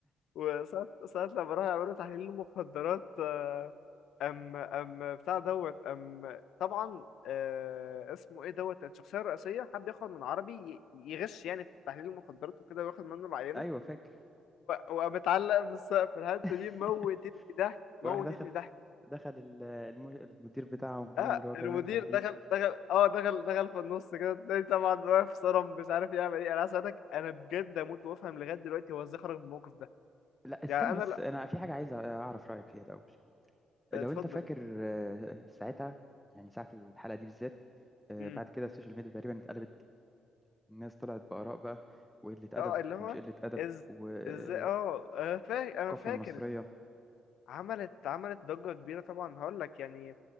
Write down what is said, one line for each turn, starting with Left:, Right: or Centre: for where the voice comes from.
Left: وساعة ساعة لما راحوا يعملوا تحليل مخدرات آه، ام ام بتاع دوت ام طبعا آه، اسمه ايه دوت الشخصية الرئيسية حب ياخد من عربي ي- يغش يعني في تحليل المخدرات وكده وياخد منه العينة
Centre: أيوه فاكر
Left: ومتعلق بالسقف الحته
Centre: <laughs>
Left: دي موتتني ضحك
Centre: وراح
Left: موتتني
Centre: دخل
Left: ضحك
Centre: دخل ال- الم- المدير بتاعهم يعمل
Left: اه
Centre: هو كمان
Left: المدير
Centre: تحليل
Left: دخل دخل اه دخل دخل في النص كده التاني طبعا واقف صرم مش عارف يعمل ايه انا عايز اسالك انا بجد اموت وافهم لغايه دلوقتي هو ازاي خرج من الموقف ده
Centre: لا استنى
Left: يعني انا
Centre: بس
Left: لا
Centre: أنا في حاجة عايز أعرف رأيك فيها الأول لو
Left: اتفضل
Centre: أنت فاكر آه، ساعتها يعني ساعة الحلقة دي بالذات آه،
Left: امم
Centre: بعد كده السوشيال ميديا تقريبا اتقلبت الناس طلعت بآراء بقى وقلة أدب
Left: اه اللي هو
Centre: ومش قلة أدب
Left: از
Centre: والثقافة
Left: ازاي اه انا فاكر انا فاكر
Centre: المصرية
Left: عملت عملت ضجه كبيره طبعا هقول لك يعني